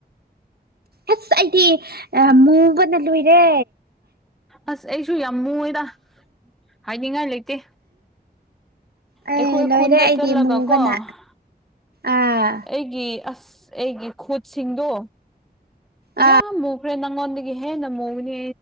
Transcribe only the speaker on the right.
ꯑꯁ ꯑꯩꯗꯤ ꯃꯨꯕꯅ ꯂꯨꯏꯔꯦ
ꯑꯩ
ꯂꯣꯏꯔꯦ
ꯑꯩꯗꯤ
ꯃꯨꯕꯅ
ꯑꯥ
ꯑ